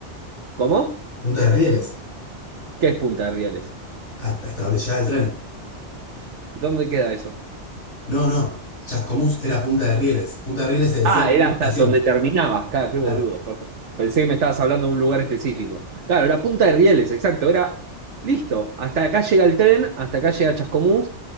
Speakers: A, on the right; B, on the left.
A: ¿cómo?
B: Punta de rieles.
A: ¿Qué es Punta de Rieles?
B: Hasta, hasta dónde llegaba el tren.
A: ¿Y dónde queda eso?
B: No, no. Chascomús era punta de rieles. Punta de rieles se decía
A: Ah,
B: la última
A: era hasta
B: estación.
A: donde terminabas. Claro, qué
B: Claro.
A: boludo, perdón. Pensé que me estabas hablando de un lugar específico. Claro, la punta de Rieles, exacto. Era listo. Hasta acá llega el tren, hasta acá llega Chascomús.